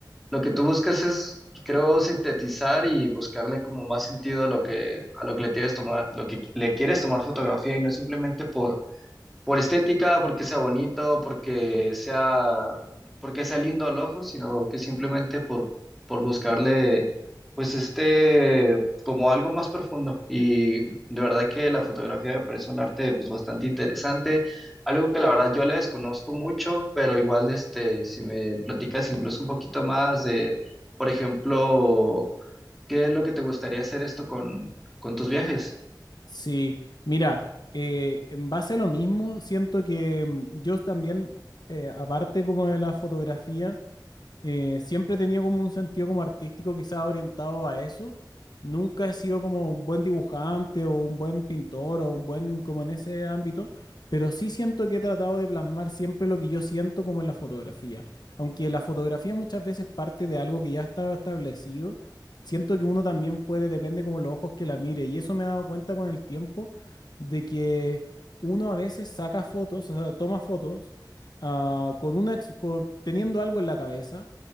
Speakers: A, in the centre; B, on the left (about 65°).
A: lo que tú buscas es, creo, sintetizar y buscarle como más sentido a lo que, a lo que le tienes tomar, lo que le quieres tomar fotografía y no simplemente por por estética, porque sea bonito, porque sea, porque sea lindo al ojo, sino que simplemente por, por buscarle, pues este, como algo más profundo. Y de verdad que la fotografía me parece un arte, pues bastante interesante, algo que la verdad yo le desconozco mucho, pero igual, este, si me platicas incluso un poquito más de, por ejemplo, ¿qué es lo que te gustaría hacer esto con, con tus viajes?
B: Sí, mira, eh, en base a lo mismo, siento que mm, yo también, eh, aparte como de la fotografía, eh, siempre he tenido como un sentido como artístico quizá orientado a eso. Nunca he sido como un buen dibujante o un buen pintor o un buen como en ese ámbito, pero sí siento que he tratado de plasmar siempre lo que yo siento como en la fotografía. Aunque la fotografía muchas veces parte de algo que ya estaba establecido, siento que uno también puede, depende como los ojos que la mire. Y eso me he dado cuenta con el tiempo de que uno a veces saca fotos, o sea, toma fotos ah, con una, ex- con- teniendo algo en la cabeza